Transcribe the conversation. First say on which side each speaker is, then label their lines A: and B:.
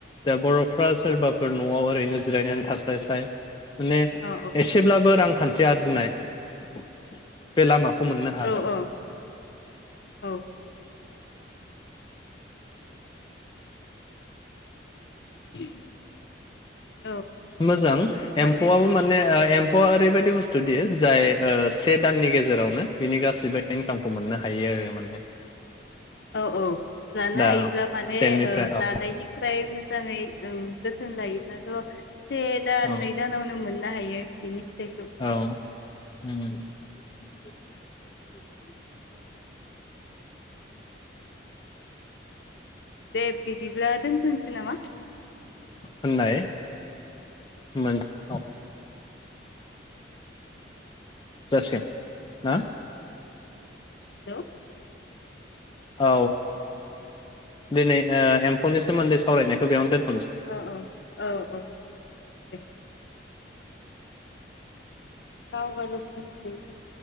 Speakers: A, on the left (about 25°); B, on the left (about 65°).
A: दा बर'फ्रा सोरबा फोर न'आव ओरैनो जिरायनानै थास स्लाय स्लाय माने
B: औ
A: एसेब्लाबो रांखान थि आरजिनाय बे लामाखौ मोननो हागोन
B: औ औ <inaudible>
A: मोजां
B: माने
A: एम्फौआबो माने ओ एम्फौआ ओरैबायद दि बुस्थु दि जाय से दाननि गेजेरावनो बिनि गासिबो इनकामखौ मोननो हायो आरो माने
B: औ औ लानो
A: दा
B: हायोब्ला माने
A: सेनिफ्राय
B: ओ
A: औ
B: लानायनिफ्राय मोजाङै औं जोथोन लायोब्ला से दान
A: औ
B: नै दानावनो मोननो हायो बिनि फिथाइखौ
A: औ उम <unintelligible>
B: दे बिदिब्ला दोनथ'नोसै नामा
A: होननाय मोन औ जासिगोन ना
B: हेलौ
A: औ दिनै ओ एम्फौनि सोमोन्दै सावरायनायखौ बेयावनो दोन
B: औ औ औ औ दे गाव गाल बुंनोसायो